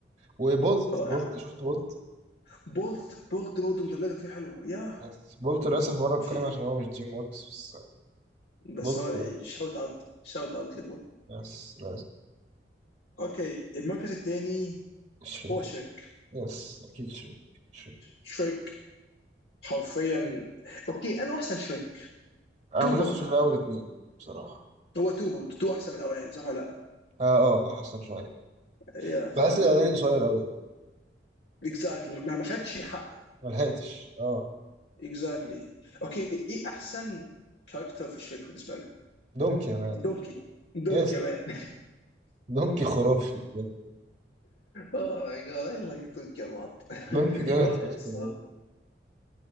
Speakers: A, on the right (about 40°); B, on the left (about 60°).
A: وبولت
B: رائعه
A: بولت شفت بولت
B: بولت بولت برضه المدبلجه فيه حلوه يا
A: بس بولت للاسف بره القايمه
B: في
A: عشان هو مش دريم وركس بس
B: بس
A: بولت
B: هو
A: خلاص
B: شاوت اوت شاوت اوت لبولت
A: يس لازم
B: اوكي المركز الثاني
A: شريك
B: هو شريك
A: يس اكيد شريك شريك
B: شريك حرفيا اوكي انا احسن شريك
A: انا
B: تو
A: ما شفتش
B: برضه
A: غير اول اتنين بصراحه
B: هو تو برضه تو احسن من الاولاني صح ولا
A: اه اه احسن شويه
B: لا؟ فبرضه
A: بحس الاغاني قصير قوي
B: اكزاكتلي ما ما خدش حقه
A: ملحقتش اه
B: اكزاكتلي اوكي ايه احسن كاركتر في شريك بالنسبه لك؟
A: دونكي انا
B: دونكي دونكي
A: يس
B: يا مان
A: دونكي خرافي بجد
B: اوه ماي جاد اي لايك دونكي لوت
A: دونكي جامد
B: رائع
A: فشخ
B: الصراحه
A: بجد.